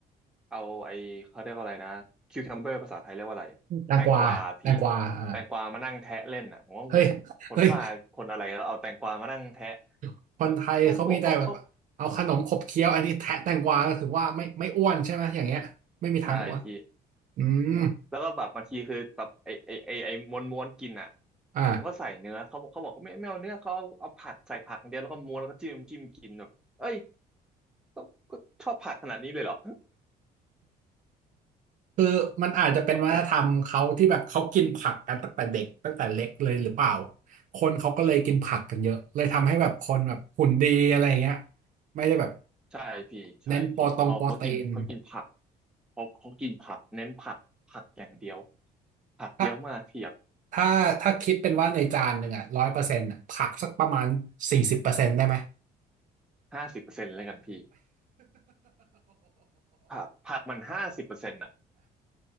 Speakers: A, in the centre; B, on the right.
A: เอาไอเขาเรียกว่าอะไรนะคิวคัมเบอร์ภาษาไทยเรียกว่าอะไรแตงกวาพี่
B: แตงกวาแตงกวาอ่า
A: แตงกวามานั่งแทะเล่นอ่ะผมก็งงคนบ้าคนอะไรแล้วเอาแตงกวามานั่งแทะ
B: เฮ้ยเฮ้ย <laughs> คนไทยเขามีแต่แบบเอาขนมขบเคี้ยวอันนี้แทะแตงกวาก็ถือว่าไม่ไม่อ้วนใช่ไหมอย่างเงี้ยไม่มีทางอ้วน
A: แบบครอบครัวเขาเขาใช่พี่
B: อืม
A: แล้วแล้วก็แบบบางทีคือแบบไอไอไอไอม้วนม้วนกินอ่ะ
B: อ่า
A: ผมก็ใส่เนื้อเขาบอกเขาบอกว่าไม่ไม่เอาเนื้อเขาเอาเอาผักใส่ผักอย่างเดียวแล้วก็ม้วนแล้วก็จิ้มจิ้มกินแบบเอ้ยก็ก็ชอบผักขนาดนี้เลยเหรอ
B: คือมันอาจจะเป็นวัฒนธรรมเขาที่แบบเขากินผักกันตั้งแต่เด็กตั้งแต่เล็กเลยหรือเปล่า
A: ก็แปลก
B: คนเขาก็เลยกินผักกันเยอะเลยทำให้แบบคนแบบหุ่นดีอะไรอย่างเงี้ยไม่ได้แบบ
A: ใช่พี่ใช่พี่เขาเขากินเขากินผัก
B: เน้นโปรตรงโปรตีน
A: เขาเขากินผักเน้นผักผักอย่างเดียวผักเยอะมากเทียบ
B: ถ้าถ้าถ้าคิดเป็นว่าในจานหนึ่งอ่ะร้อยเปอร์เซ็นต์อ่ะผักสักประมาณสี่สิบเปอร์เซ็นต์ได้ไหม
A: ห้าสิบเปอร์เซ็นต์แล้วกันพี่ผักผักมันห้าสิบเปอร์เซ็นต์อ่ะ